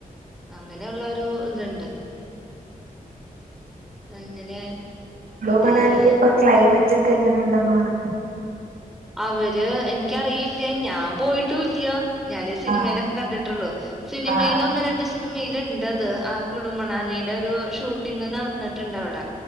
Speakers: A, in the centre; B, on the right.
A: അങ്ങനെയുള്ളരു ഇത്ണ്ട് അങ്ങനെ
B: ക്ളു മണാലിയില്
A: ഏഹ്
B: ഇപ്പൊ ക്ലൈമറ്റ് ക്കെ എങ്ങനെണ്ടെന്ന് പറ
A: അവര് എനിക്കറിയില്ല്യ ഞാൻ പോയിട്ടുംല്ല്യ ഞാന് സിനിമയിലൊക്കെ
B: ആഹ്
A: കണ്ടിട്ടുള്ളു സിനിമയില്
B: ആഹ് ആഹ്
A: ഒന്ന് രണ്ട് സിനിമയില്ണ്ടത് ആ കുളു മണാലിടെ ഒരു ഷൂട്ടിംങ്ങ് നടന്നിട്ടിണ്ടവിട